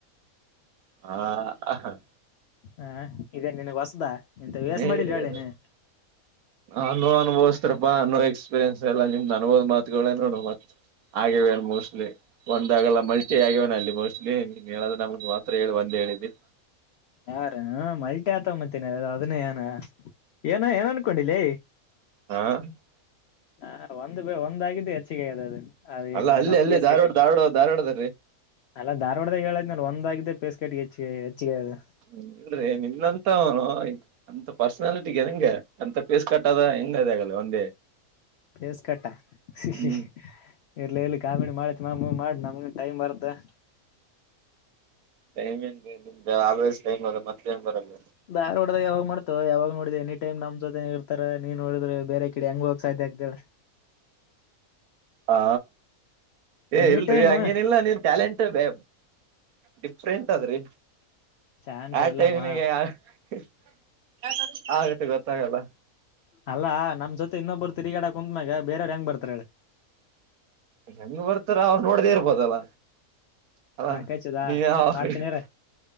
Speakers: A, on the right (about 75°); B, on the left (about 65°).
A: ಹಾ. <unintelligible>
B: ಹಾ ಇದೇನ್ ನಿನುಗ್ ಹೊಸದ. ಇಂತ ವೇಸ್
A: ನೀ. <unintelligible>
B: ಮಾಡಿಲ್ ಹೇಳೇನೆ
A: ಹಲ್ಲೋ ಅನುಭವಿಸ್ತಿರಪ ನೂರು ಎಕ್ಸ್ಪೀರಿಯನ್ಸ್ ಎಲ್ಲಾ ನಿಮ್ದ್ ಅನುಭವುದು ಮಾತುಗಳೇ ನೋಡು ಮತ್. ಹಾಗಿವೆ ಏನ್ ಮೋಸ್ಟ್ಲಿ. ಒಂದ್ಗಲ್ಲ ಮಲ್ಕಿ ಆಗ್ಯವನ ಅಲ್ಲಿ ಮೋಸ್ಟ್ಲಿ ಹೇಳಿದ್ರಾ ನಮ್ಗ್ ಮಾತ್ರ ಹೇಳಿ ಒಂದ್ ಹೇಳಿದ್ದೆ.
B: ಯಾರ್ ಹಾ ಮಲ್ಟಿ ಆತ ಮತ್ತಿನ್ ಅದನ್ನೇ ಏನ್. ಏನ ಏನ್ ಅನ್ಕೊಂಡಿ ಲೆ.
A: ಹಾ. <unintelligible>
B: ಹಾ ಒಂದು ಒಂದಾಗಿದ್ದು ಹೆಚ್ಚಿಗೆ ಅಗೆದ ಅದು. ಅದ
A: ಅಲ್ಲ
B: ಎಂತ
A: ಅಲ್ಲಿ
B: ನಮ್
A: ಅಲ್ಲಿ
B: ಕೇಸ್
A: ಧಾರವಾಡ
B: ಕಟ್ಟಿಂಗ್
A: ಧಾರವಾಡ ಧಾರವಾಡದಗ ರೀ.
B: ಅಲ್ಲ ದಾರವಾಡದಾಗ ಹೇಳ್ದೆ ನಾನು ಒಂದ ಆಗಿದ್ದೆ, ಪೇಸ್ ಕಟ್ಟಿಗೆ ಹೆಚ್ಚ ಹೆಚ್ಚಾಗಿದೆ.
A: ಹ್ಮ. <unintelligible> ಇಲ್ರಿ ನಿನ್ನಂತ ಅವನು ಆಯ್ತ. ಅಂತ ಪರ್ಸನಾಲಿಟಿಗೆ ನಂಗ ಅಂತ ಪೇಸ್ ಕಟ್ಟದ ಹೆಂಗ ಆಗಲ್ಲ ಒಂದೇ.
B: ಪೇಸ್ ಕಟ್ಟಾ. <unintelligible>
A: ಹ್ಮ್
B: ಇರ್ಲಿ ಇಲ್ಲಿ ಕಾಮಿಡಿ ಮಾಡಿತಿ ಮಾಮ್ ಮಾಮ್ ಮಾಡ್ ನಮಗುನು ಟಮ್ ಬರುತ್ತೆ.
A: ಟೈಮ್ ಏನ್ ನಿಮ್ ಆಲ್ವೇಸ್ ಟೈಮ್ ಅದ ಮತ್ತೇನು ಬರಲ್ಲ.
B: ಧಾರ್ವಾಡದಾಗ ಯಾವಾಗ ಮಾಡ್ತೀಯೋ ಯಾವಾಗ ನೋಡಿದೆ ಹೆನಿ ಟೈಮ್ ನಮ್ ಜೊತೆನೆ ಇರ್ತಾರ ನೀನ್ ನೋಡಿದ್ರೆ ಬೇರೆ ಕಡ ಹೆಂಗ ಹೋಗೋಕೆ ಸಾಧ್ಯ ಆಗ್ತದ ಹೇಳು.
A: ಹಾ ಏ
B: ಎನಿ
A: ಇಲ್ರಿ
B: ಟೈಮ್
A: ಹಂಗೇನಿಲ್ಲ ನೀನ್. ಟ್ಯಾಲೆಂಟ್ ಅದೇ ಡಿಫ್ರೆಂಟ್ ಅದ್ರಿ.
B: ಚಾನ್ಸ್
A: ಯಾ
B: ಇಲ್ಲಮ್ಮ
A: ಟೈಮನೇಗ <unintelligible> ಆಗತ್ತೆ ಗೊತ್ತಾಗಲ್ಲ.
B: ಅಲ್ಲಾ ನಮ್ ಜೊತೆ ಇನ್ನೊಬ್ಬರು ತಿರುಗಾಡ ಕುಂತ್ನಾಗ ಬೇರೆಯವರು ಹೆಂಗ್ ಬರ್ತಾರ ಹೇಳ್.
A: ಹೆಂಗ್ ಬರ್ತಾರ ಅವ್ರು ನೋಡದೇ ಇರ್ಬೋದಲ್ಲ. ಹಾಲೋ
B: ಮ್ಯಾಕಚದ
A: ನೀವೇ ಹೇಳಬೇಕ್ರಿ,
B: ಮಾಡ್ತನಿರ